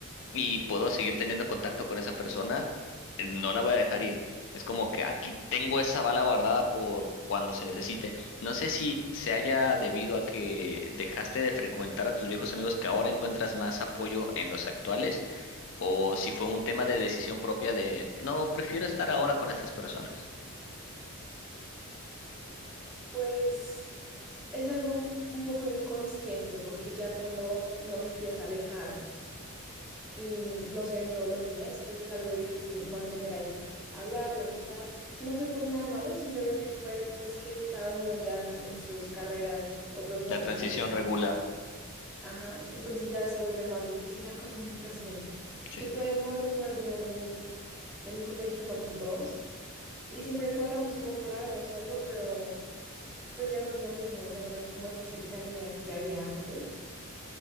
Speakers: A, on the left (about 60°); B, in the centre.
A: y puedo seguir teniendo contacto con esa persona, eh, no la voy a dejar ir. Es como que aquí tengo esa bala guardada por cuando se necesite. No sé si se haya debido a que dejaste de frecuentar a tus viejos amigos que ahora encuentras más apoyo en los actuales, o si fue un tema de decisión propia de, no, prefiero estar ahora con estas personas.
B: Pues es algo un un poco inconsciente, porque ya cuando uno se empieza a alejar y no se ven todos los días, pues es algo difícil mantener ahí, hablar, la amistad. No fue por nada malo, simplemente fue pues que cada uno ya en sus carreras, otros en
A: La
B: otros
A: transición
B: países.
A: regular.
B: Ajá, entonces ya se vuelve más difícil la comunicación.
A: Sí,
B: Yo todavía me hablo con algunos de mi, de mi colegio, no con todos, y siempre cuadramos como para vernos o algo, pero pues ya no es lo mismo, ya no hay como esa cercanía que había antes.